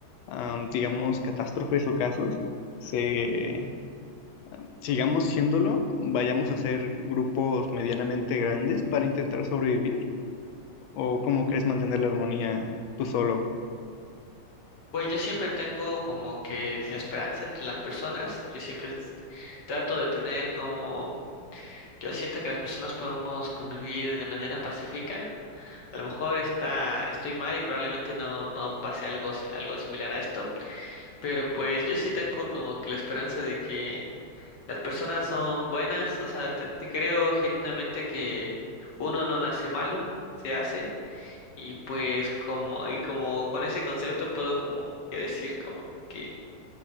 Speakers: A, on the left; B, on the left.
A: am, digamos, catástrofes o casos, se, sigamos siéndolo, vayamos a ser grupos medianamente grandes para intentar sobrevivir? ¿O cómo crees mantener la armonía tú solo?
B: Pues yo siempre tengo como que la esperanza entre las personas, yo siempre s- trato de tener como, yo siento que las personas podemos convivir de manera pacífica. A lo mejor está, estoy mal y probablemente no, no pase algo, si- algo similar a esto, pero pues yo sí tengo como que la esperanza de que Las personas son buenas, o sea, te, te creo genuinamente que uno no nace malo, se hace, y pues como, y como con ese concepto puedo como que decir como que,